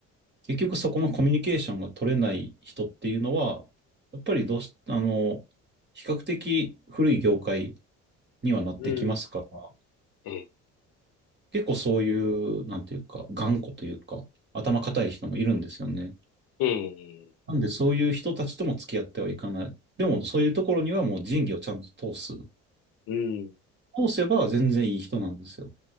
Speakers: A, on the right; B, on the left.
A: 結局そこのコミュニケーションが取れない人っていうのは、やっぱりどうし、あの、比較的古い業界にはなってきますから、
B: ね。うん。ええ
A: 結構そういう、なんていうか、頑固というか、頭固い人もいるんですよね。
B: ええ、
A: なんでそういう人たちとも付き合ってはいかない。でもそういうところにはもう仁義をちゃんと通す。
B: うん。
A: 通せば全然いい人なんですよ。